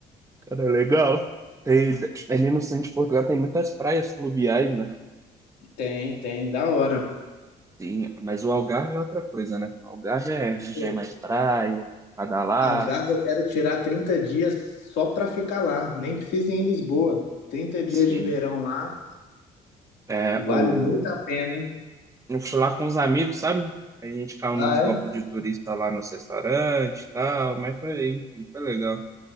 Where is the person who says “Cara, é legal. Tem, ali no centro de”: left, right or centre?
Right